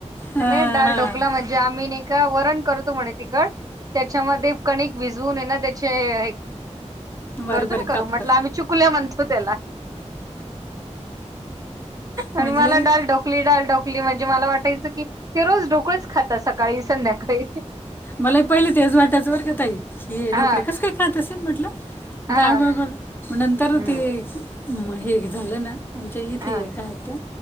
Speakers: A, on the left; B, on the right.
A: हां
B: म्हणे डाल
A: हां
B: ढोकला म्हणजे आम्ही नाही का वरण करतो म्हणे तिखट त्याच्यामध्ये कणिक भिजवून ना त्यांचे
A: बारीक
B: करतो
A: बारीक
B: ना करतो,
A: काप
B: म्हटलं आम्ही चुकुल्या म्हणतो. म्हणतो त्याला.
A: म्हणजे
B: आणि मला डाल ढोकली डाल ढोकली म्हणजे मला वाटायचं की ती रोज ढोकळेच खातात सकाळी संध्याकाळी
A: मलाही पहिले तेच वाटायचं बर का ताई. हे
B: हा
A: डोकडे कस काय खात असेल म्हटलं?
B: हा
A: डाळ <unintelligible> म नंतर
B: हम्म
A: ते मग हे झालं ना, आमच्या इथे
B: हा
A: एक आहेत त्या